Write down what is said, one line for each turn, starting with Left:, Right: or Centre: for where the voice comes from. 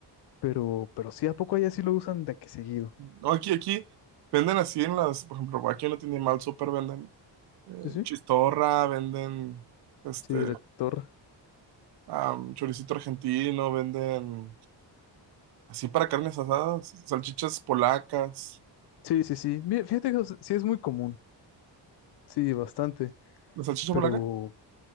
Left: Pero, pero sí, ¿a poco allá sí lo usan de que seguido?
Right: No, aquí, aquí venden así en las, por ejemplo, aquí en la tienda mal súper venden eh,
Left: Sí, sí.
Right: chistorra, venden este
Left: Sí, la torre.
Right: am, choricito argentino, venden así para carnes asadas, salchichas polacas.
Left: Sí, sí, sí. Mira, fíjate que o sea, sí es muy común. Sí, bastante.
Right: ¿La salchicha
Left: Pero
Right: polaca?